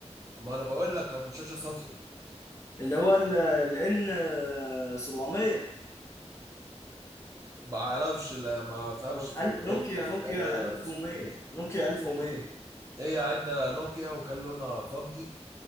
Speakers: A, on the right; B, on the left.
A: ما انا بقول لك ابو شاشة صفرا
B: اللي هو الان 700
A: بعرفش لا ما فهمش
B: او ألف-
A: في ال
B: نوكيا
A: N
B: نوكيا
A: 700
B: 1100
A: ولا 600
B: نوكيا 1100
A: هي عدة نوكيا وكان لونها فضي